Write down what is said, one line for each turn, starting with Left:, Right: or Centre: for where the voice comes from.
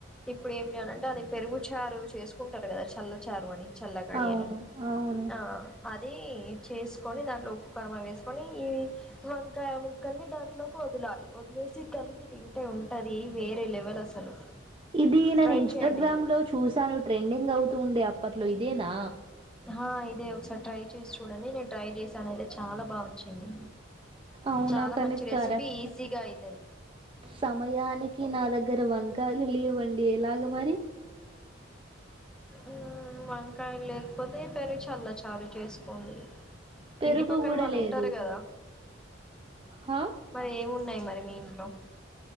Centre: ఇప్పుడు ఏం చేయాలంటె అది పెరుగు చారు చేసుకుంటారు కదా చల్ల చారు అని చల్లకడి
Right: అవును
Centre: అని
Right: అవును
Centre: ఆ అది చేస్ కొని దాంట్లో ఉప్పు కారమవి వేసుకొని వంకాయ ముక్కల్ని దాంట్లోకి వదలాలి వదిలేసి కలిపి తింటే ఉన్ టది వేరే లెవెల్ అసలు
Right: ఇది నేను
Centre: ట్రై
Right: ఇన్స్టాగ్రామ్
Centre: చేయండి
Right: లో చూసాను ట్రెండింగ్ అవుతూ ఉండే అప్పట్లో ఇదేనా
Centre: ఆ ఇదే ఒకసారి ట్రై చేసి చూడండి నేను ట్రై చేశాను అయితే చాలా బాగా వచ్చింది
Right: అవునా
Centre: చాలా
Right: కానీ
Centre: మంచి రెసిపీ
Right: కరెక్ట్
Centre: ఈజీగా అయి
Right: సమయానికి నా దగ్గర వంకాయలు లేవన్ ఏలాగ మరి
Centre: ఉమ్ వంకాయలు లేకపోతే పెరుగు చల్ల చారు చేసుకోండి
Right: పెరుగు
Centre: ఇంటి పక్కన
Right: కూడా
Centre: వాళ్ళు
Right: లేదు
Centre: ఉంటారు కదా
Right: హా
Centre: మరి ఏమున్నాయి మరి మీ ఇంట్లో